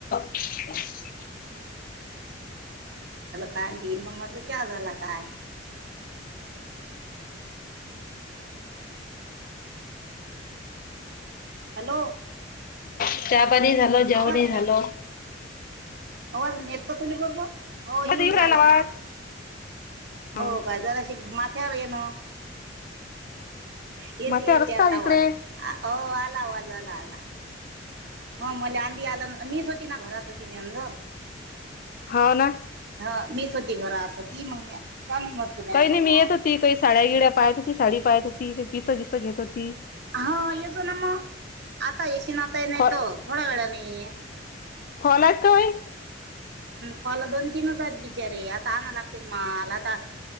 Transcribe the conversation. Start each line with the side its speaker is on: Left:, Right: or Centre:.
Left: <inaudible>
Right: का दिन मग म्हटलं च झाला काय हम्म हॅलो
Left: चचापाणी झाल जेवण
Right: आवाज
Left: झाल
Right: नाही आवाज येत का तुझ बरोबर हो
Left: मध्ये
Right: येऊन
Left: येऊ
Right: राहिला
Left: आवाज
Right: ना
Left: हा
Right: हो काय जरा अशी माथ्यावर ये ना येते
Left: माथ्यावर
Right: येते
Left: रस्ता
Right: आता
Left: इकडे
Right: आवाज अ आला आवाज आला आला हा मला आंधी आला मीच होती ना घरात होती मी अंद
Left: हाव ना
Right: हा मी मीच होती घरात होती मग म्या काण मत नागमा
Left: काही नाही मी येत होती काही साड्या गिड्या पाहत होती साडी पाहत होती पिसं बिस घेत होती
Right: हा येजो ना मग आता येश ना आताय नाही
Left: फॉल
Right: तो थोड्या वेळा नाही
Left: फॉल आहेत काय
Right: फॉल दोन-तीनच आहेत बिचारे आणायला लागतील मला